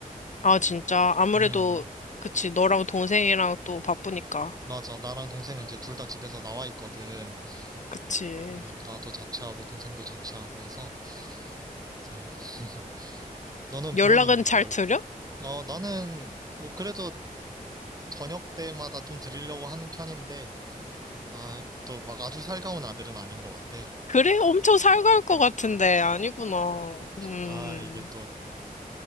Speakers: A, on the left (about 55°); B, on the right (about 25°).
A: 아, 진짜. 아무래도,
B: 음,
A: 그치. 너랑 동생이랑 또 바쁘니까.
B: 맞아. 나랑 동생은 이제 둘 다 집에서 나와 있거든.
A: 그치.
B: 음, 나도 자취하고 동생도 자취하고 해서, 이제, <laughs> 너는 부모님이
A: 연락은 잘
B: 뭘?
A: 드려?
B: 어, 나는 뭐 그래도 저녁 때마다 좀 드리려고 하는 편인데, 아, 또 막 아주 살가운 아들은 아닌 것 같아.
A: 그래? 엄청 살갈 것 같은데. 아니구나. 음,
B: 아, 이게 또